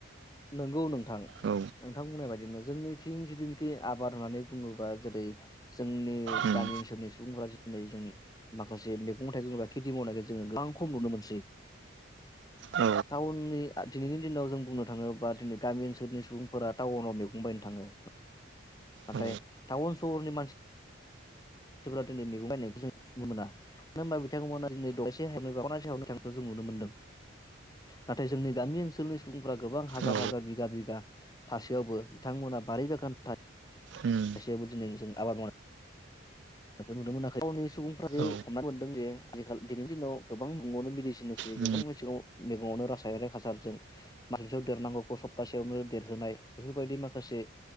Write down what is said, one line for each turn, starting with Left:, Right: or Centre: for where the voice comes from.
Left: नंगौ नोंथां नोंथां
Right: औ
Left: बुंनाय बायदिनो जोंनिथिं जिदि टि आबार माने बुङोबा जेरै जोंनि
Right: उम
Left: गामि ओनसोलनि सुबुंफोरा जै जों माखासे मे गं थाइगं एबा खेथि मावनायखौ जोङो गोबां खम नुनो मोनसै।
Right: औ
Left: सावननि आ दिनैनि जों बुंनो थाङोबा दिनै गामि ओनसोलनि सुबुंफोरा टाउनाव मैगं बायनो थाङो। नाथाय
Right: औ
Left: टाउन सहरनि मान सिफ्रा दिनै मैगं बायनायखौ जों नुनो मोना मानो होनबा बिथांमोना दिनै दबलायसे हा खनासे हायावनो <unintelligible> थांखो जों नुनो मोनदों नाथाय जोंनि गामि ओनसोलनि सुबुं रा गोबां हाजार
Right: औ
Left: हाजार बिघा बिघा थासेयावबो बिथांमोनहा बारि बागान थसेयावबो
Right: उम
Left: दिनै जों आबाद मावनाय खो नुनो मोनाखै टावननि सुबुंफ्रा जे
Right: औ उम औ
Left: हमनानै मोनदों जे आजिखालि दिनैनि दिनाव गोबां मैगङावनो मेडिसिन होसै
Right: उम
Left: गोबां मेसेगाव मेगङावनो रासायनारि हासारजों मास मोनसेयाव देरनांगौखौ सप्तासेयावनो देरहोनाय बेफोरबायदि माखासे